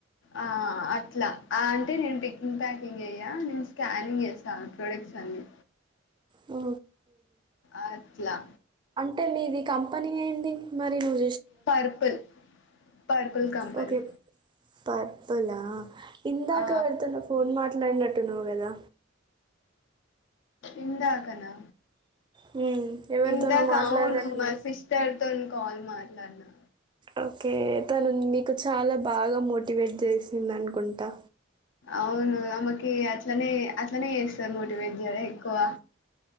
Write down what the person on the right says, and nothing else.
ఆ
అంటే మీది కంపెనీ అయింది మరి నువ్
ఓకే. పర్పులా ఇందాక
ఎవరితోనో ఫోన్ మాట్లాడినట్ ను కదా
హ్మ్. ఎవరితోనో
మాట్లాడినట్టున్నావు.
ఓకే తను మీకు చాల బాగా మోటివేట్ చేసింది అనుకుంటా